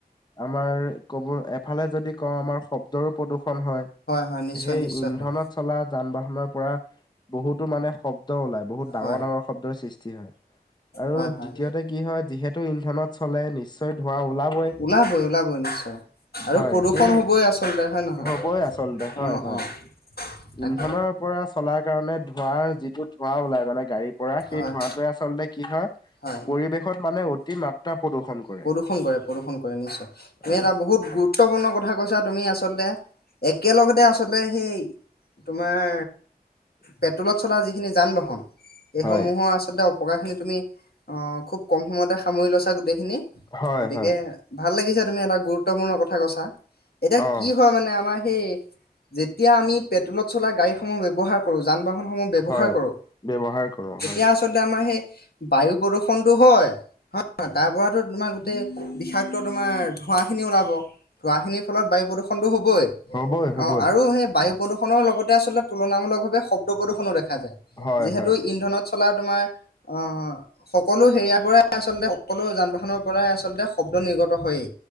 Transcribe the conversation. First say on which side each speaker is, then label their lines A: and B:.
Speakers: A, on the left (about 25°); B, on the left (about 75°).
A: আমাৰ কব এফালে যদি কওঁ আমাৰ শব্দৰো প্ৰদূৰ্ষণ হয়।
B: হয়, নিশ্চয়,
A: সেই
B: নিশ্চয়
A: ইন্ধনত
B: হয়,
A: চলা যান-বাহনৰ পৰা বহুতো মানে শব্দ ওলাই বহুত ডাঙৰ,
B: হয়,
A: ডাঙৰ শব্দৰ সৃষ্টি হয়। আৰু
B: হয়, হয়।
A: দ্বিতীয়তে কি হয় যিহেতু ইন্ধনত চলে নিশ্চয় ধোঁৱা ওলাবই।
B: ওলাব, ওলাব, নিশ্চয়। আৰু
A: হয়
B: প্ৰদূষণ
A: সেই
B: হ'বই আচলতে হয় নহয়
A: হ'বই আচলতে হয়
B: অ',
A: হয়
B: অ'। তাকে
A: ইন্ধনৰ পৰা চলাৰ কাৰণে ধোঁৱাৰ যিটো ধোঁৱা ওলাই মানে গাড়ীৰ পৰা সেই
B: হয়,
A: ধোঁৱ য়ে আচলতে কি <inaudible>
B: হয়
A: পৰিৱেশত মানে অতি মাত্ৰা প্ৰদূষন কৰে
B: প্ৰদূষণ কৰে, প্ৰদূষণ কৰে নিশ্চয়। তুমি
A: অ
B: এটা বহুত গুৰুত্বপূৰ্ণ কথা কৈছা তুমি আচলতে। একেলগতে আচলতে সেই তোমাৰ পেট্ৰলত চলা যিখিনি যান-বাহন এইসমূহৰ
A: হয়
B: আচলতে অপকাৰ খিনি তুমি অ, খুব কম সময়তে সামৰি লৈছা গোটেইখিনি
A: হয়
B: গতিকে
A: হয়
B: ভাল লাগিছা তুমি এটা গুৰুত্বপূৰ্ণ কথা কৈছা এতিয়া
A: অ
B: কি হয় মানে আমাৰ সেই যেতিয়া আমি পেট্ৰলত চলা গাড়ীসমূহ ব্যৱহাৰ কৰো যান বাহনসমূহ ব্যৱহাৰ
A: হয়
B: কৰোঁ।
A: ব্যৱহাৰ কৰো হয়
B: এতিয়া আচলতে আমাৰ সেই বায়ু প্ৰদূ্ষণতটো হয়। হয়, হয়, তাৰ পৰাতো তোমাৰ গোটেই বিষাক্ত তোমাৰ ধোঁৱাখিনি ওলাব ধোঁৱাখিনিৰ ফলত বায়ু প্ৰদূষণতটো হ'বই।
A: হ'বই
B: অ,
A: হ'বই
B: আৰু সেই বায়ু প্ৰদূৰষণৰ লগতে আচলতে তুলনামূলক ভাৱে শব্দ প্ৰদূষণো দেখা যায়।
A: হয়
B: যিহেতু
A: হয়
B: ইন্ধনত চলা তোমাৰ অ'। সকলো হেৰিয়াৰ পৰাই আচলতে সকলো যান-বাহনৰ পৰাই আচলতে শব্দ নিৰ্গত হয়েই।